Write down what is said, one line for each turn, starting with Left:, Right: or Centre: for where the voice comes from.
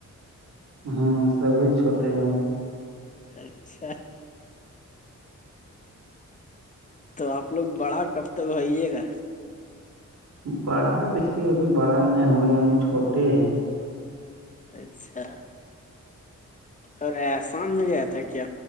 Right: ہوں سبھی چھوٹے ہیں ہم
Left: اچھا تو آپ لوگ بڑا کب تک ہوئیے گا
Right: بڑا دیکھیے ابھی بڑا نہ ہوئے ہیں ابھی چھوٹے ہیں
Left: اچھا اور آیا شام میں گ آیا تھا کیا